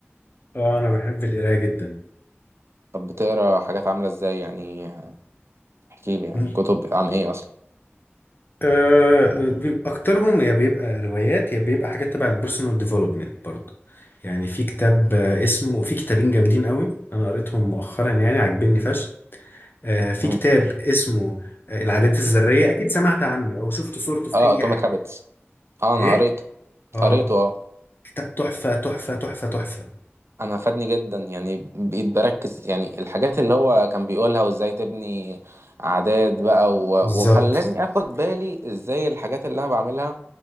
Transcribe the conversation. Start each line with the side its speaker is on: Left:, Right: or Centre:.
Left: اه انا بحب القرايه جدا
Right: طب بتقرا حاجات عاملة ازاي يعني احكي لي يعني
Left: م-
Right: كتب عن ايه اصلا
Left: آه بيبقى اكترهم يا بيبقى روايات يا بيبقى حاجات تبع البيرسونال ديفلوبمنت برضه يعني في كتاب آه، اسمه في كتابين جامدين قوي انا قريتهم مؤخرا يعني عاجبني فشخ آه، في
Right: امم
Left: كتاب اسمه آه، العادات الذرية أكيد سمعت عنه أو شفت صورته في
Right: اه
Left: أي
Right: اتوميك
Left: حاجة
Right: هابتس اه انا
Left: إيه؟
Right: قريته
Left: آه
Right: قريته اه
Left: كتاب تحفة تحفة تحفة تحفة
Right: انا فادني جدا يعني بقيت بركز يعني الحاجات اللي هو كان بيقولها وازاي تبني عادات بقى و...
Left: بالظبط
Right: وخلاني اخد بالي ازاي الحاجات اللي انا بعملها